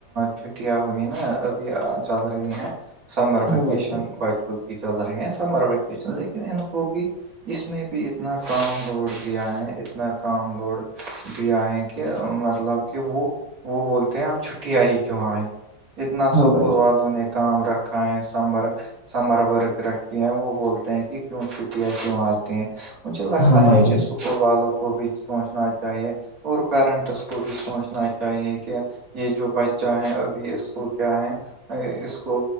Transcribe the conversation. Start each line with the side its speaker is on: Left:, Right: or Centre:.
Right: چھٹیاں ہوئی نا ابھی چل رہی ہیں سمر
Left: ہاں
Right: ویکیشن
Left: بھائی جان
Right: بچوں کی چل رہی ہیں سمر ویکیشن لیکن ان کو بھی اس میں بھی اتنا کام لوڈ دیا ہے اتنا کام لوڈ دیا ہے کہ کہ مطلب کہ وہ وہ بولتے ہیں اب چھٹی آئی کیوں آئی اتنا اسکول
Left: ہاں بھائی
Right: واتڑلوں
Left: جان
Right: نے کام رکھا ہے سمر سمر رکے ہیں وہ بولتے ہیں کہ کیوں چھٹیاں کیوں آتی ہیں مجھے لگتا
Left: ہاں
Right: ہے
Left: بھائی
Right: کہ
Left: جان
Right: س اسکول والوں کو بھی سوچنا چاہیے اور پیرنٹس کو بھی سوچنا چاہیے کہ یہ جو بچہ ہے ابھی اسکول کیا ہے اس کو